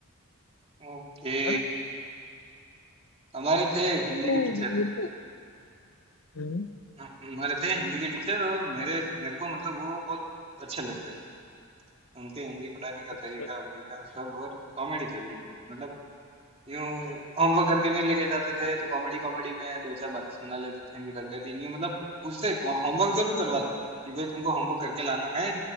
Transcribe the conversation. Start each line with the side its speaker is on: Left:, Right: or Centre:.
Right: ओके
Left: है ना
Right: हमारे थे एक हिंदी
Left: तो
Right: के टीचर
Left: मेरे को हम्म,
Right: हमारे थे हिंदी के टीचर और मेरे मेरे को मतलब वो बहुत अच्छे लगते थे उनके हिंदी पढ़ाने का
Left: अच्छा
Right: तरीका वरीका सब और कॉमेडी थे बिल्कुल मतलब यूं होमवर्क करके नहीं लेके जाते थे तो कॉमेडी कॉमेडी में दो चार बातें सुना लेते थे फिर अगले दिन यूं मतलब उससे होमवर्क जरूर करवाते कि भाई तुमको होमवर्क करके लाना है